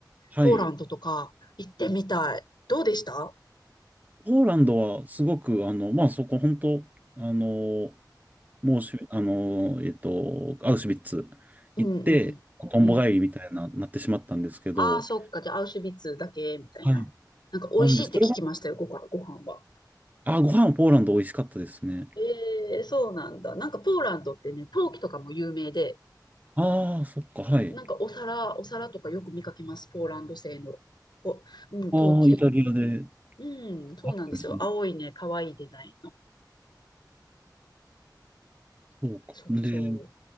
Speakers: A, on the right (about 20°); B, on the left (about 80°).
A: はい。
B: ポーランドとか行ってみたい。どうでした
A: ポーランドはすごく、あの、まあ、そこ本当、あの、もうし、あの、えっと、アウシュビッツ行って、
B: うんうんうん。
A: トンボ帰りみたいな、
B: うん。
A: なってしまったんですけど、
B: ああ、そっか。じゃあ、アウシュビッツだけ、みたいな。
A: はい。
B: なんか、美味しいって聞きましたよ、
A: なんです、それが、
B: ご飯、ご飯は。
A: あ、ご飯はポーランド美味しかったですね。
B: ええそうなんだ。なんか、ポーランドってね、陶器とかも有名で、
A: ああ、そっか、はい。
B: なんか、お皿、お皿とかよく見かけます。ポーランド製の、ぽうん、
A: ああ、
B: 陶器。
A: イタリアで、
B: うん、そうなんですよ。
A: あったんですね。
B: 青いね、可愛いデザインの。
A: そうか。
B: そうそう。
A: で、